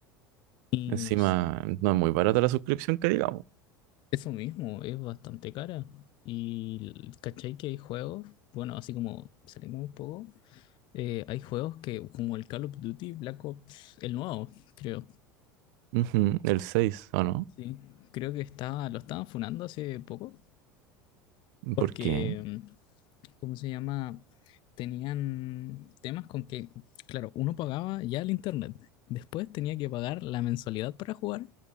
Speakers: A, on the left; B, on the right.
A: y
B: Encima,
A: no sé,
B: no es muy barata la suscripción que digamos.
A: eso mismo es bastante cara. Y l- cachai que hay juegos, bueno, así como salimos un poco, eh, hay juegos que, como el Call of Duty Black Ops, el nuevo, creo.
B: Ujú, el seis ¿o no?
A: Sí, creo que está, lo estaban funando hace poco, porque
B: ¿Por qué?
A: mm, ¿cómo se llama? Tenían temas con que, claro, uno pagaba ya el internet, después tenía que pagar la mensualidad para jugar